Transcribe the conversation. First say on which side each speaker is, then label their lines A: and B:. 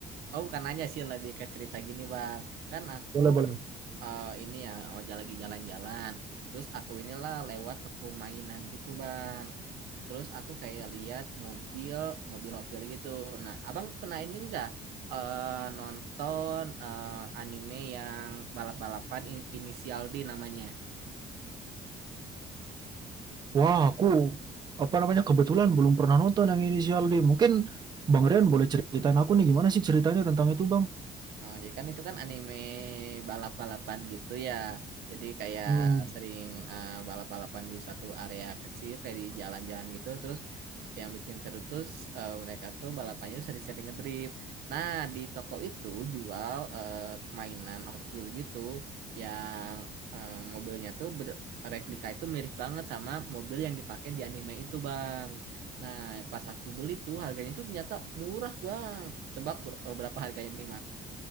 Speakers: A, on the right; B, on the right.
A: oh bukan nanya sih lebih ke cerita gini Bang. Kan aku
B: Boleh, boleh.
A: eh, ini ya, oh jalan- lagi jalan-jalan. Terus aku inilah lewat toko mainan gitu Bang. Terus aku kayak lihat mobil, mobil Hot Wheels gitu. Nah, Abang pernah ini nggak eh, nonton eh, anime yang balap-balapan in- inisial D namanya?
B: Wah aku apa namanya kebetulan belum pernah nonton yang Inisial D. Mungkin Bang Rian boleh ceritain aku nih gimana sih ceritanya tentang itu Bang?
A: Oh, jadi kan itu kan anime balap-balapan gitu ya. Jadi kayak
B: Hmm,
A: sering eh, balap-balapan di suatu area kecil kayak di jalan-jalan gitu. Terus yang bikin seru tuh eh, mereka tuh balapannya tuh sering-sering ngedrift. Nah, di toko itu jual eh, mainan Hot Wheels gitu yang eh, mobilnya tuh ber- replika itu mirip banget sama mobil yang dipakai di anime itu, Bang. Nah, pas aku beli tuh harganya tuh ternyata murah, Bang. Tebak ber- berapa harganya nih,